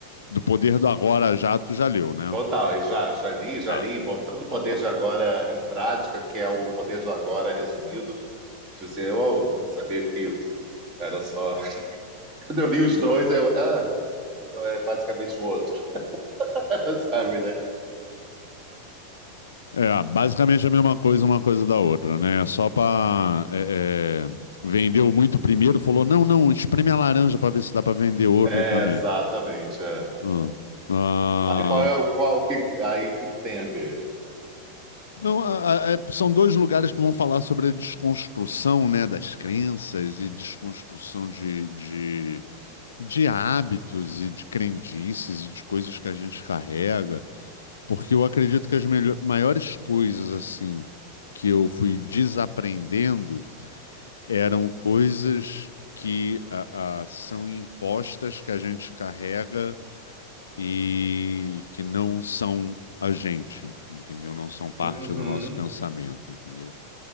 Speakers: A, on the left; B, on the right.
A: do Poder do Agora Já, tu já leu, né?
B: Total, e já, já li, já
A: Tá.
B: li, botando o poder de agora em prática, que é o poder de agora resumido. Tipo assim, eu oh, não sabia que era só. <laughs> Quando eu li os dois, eu. Ah, então é basicamente o outro, <laughs> sabe, né?
A: É, basicamente é a mesma coisa, uma coisa da outra, né? É Só pra. é, é, vendeu muito primeiro, falou: não, não, espreme a laranja pra ver se dá pra vender outro
B: É,
A: também.
B: exatamente. é.
A: Ah. Ah,
B: Aí qual é o qual o que aí o que que tem a ver?
A: não, a- a- é- são dois lugares que vão falar sobre a desconstrução, né, das crenças e desconstrução de, de, de hábitos e de crendices e de coisas que a gente carrega. Porque eu acredito que as melho- maiores coisas, assim, que eu fui desaprendendo eram coisas que a- a- são impostas, que a gente carrega e que não são a gente, entendeu? Não são parte
B: Uhum,
A: do nosso pensamento, entendeu?